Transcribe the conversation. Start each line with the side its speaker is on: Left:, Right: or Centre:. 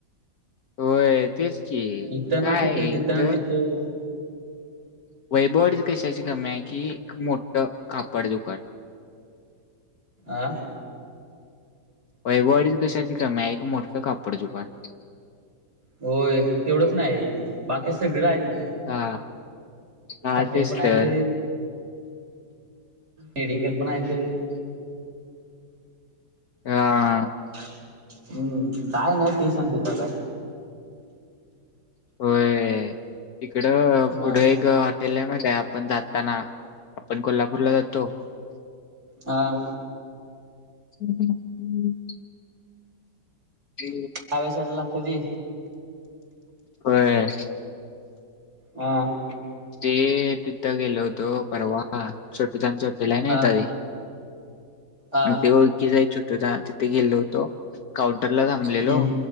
Left: होय तेच की.
Right: इथं
Left: काय
Right: ना तिथं,
Left: आहे
Right: तिथं
Left: इथं
Right: ना तिथं.
Left: वैभववाडीत कशाची कमी आहे, कि मोठं कापड दुकान.
Right: आं?
Left: वैभववाडीत कशाची कमी आहे? एक मोठ कापड दुकान.
Right: होय. तेवढंच नाही, बाकी सगळं आहे तिथे.
Left: हा. हा
Right: हॉटेल
Left: तेच
Right: पण आहेत
Left: तर.
Right: मेडिकल पण हायत.
Left: आं
Right: हं. काय नाही ते सांग तिथं आता.
Left: होय. तिकडं पुढं
Right: अ
Left: एक हॉ टेल मध्ये. आपण जाताना, आपण कोल्हापूरला जातो
Right: हां.
Left: <unintelligible> ते
Right: डाव्या साइडला लागते ते?
Left: होय.
Right: हां.
Left: ते तिथं गेलो होतो परवा. छोटे ताईंच हॉटेल नाही
Right: अ
Left: ताई.
Right: अ
Left: ते ओळखीच आहे छोटू दा. तिथ गेलो होतो. काउंटर ला थांबलेलो.
Right: हम्म